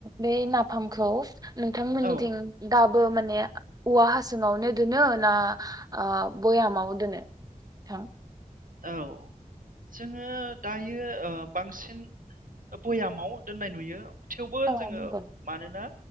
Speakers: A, on the right; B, on the right.
A: बे नाफामखौ नोंथांमोननिथिं
B: औ
A: दाब बो माने औवा हासुंङावनो दोनो ना ओ बयामाव दोनो ह
B: औ जोङो दायो यो ओ बांसिन बयामाव दोननाय नुयो थेवबो
A: औ
B: जोङो
A: नंगौ
B: मानोना